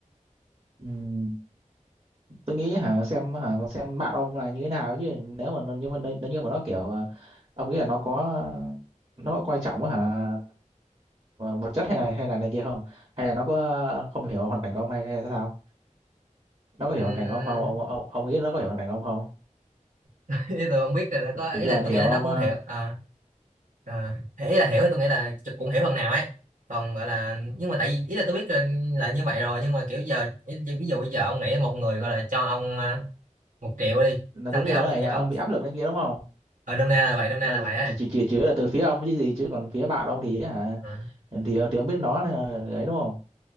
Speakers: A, on the right; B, on the right.
A: Ừm, tôi nghĩ hả xem hả con xem bạn ông là như thế nào chứ nếu mà nó- nhưng mà nếu như mà nó kiểu ờ, ông nghĩ là nó có nó có coi trọng á hả vật chất hay là hay là này kia không? Hay là nó có không hiểu hoàn cảnh của ông hay hay sao? nó có
B: Ừm,
A: hiểu hoàn cảnh của ông không ông ông, ông nghĩ nó có hiểu hoàn cảnh của ông không
B: <laughs> tôi không biết là nó có
A: kiểu
B: ý
A: như
B: là
A: là nó
B: tôi
A: hiểu
B: nghĩ là
A: ông
B: nó cũng
A: ờ,
B: hiểu Ờ à, thì ý là hiểu thì tôi nghĩ là chụp cũng hiểu phần nào ấy còn gọi là nhưng mà tại vì ý là tôi biết là, là như vậy rồi nhưng mà kiểu giờ ý- ví dụ bây giờ ông nghĩ một người gọi là cho ông à, một triệu đi
A: là giống
B: xong
A: như
B: cái
A: là
B: ông
A: cái này là
B: ông
A: ông bị áp lực này kia đúng không
B: ở nôm na là vậy nôm na
A: là
B: là vậy ấy
A: chỉ chỉ chỉ, chỉ là từ phía ông chứ gì chứ còn phía bạn ông thì hả
B: ừ,
A: thì ờ, thì ông biết nó là ấy đúng không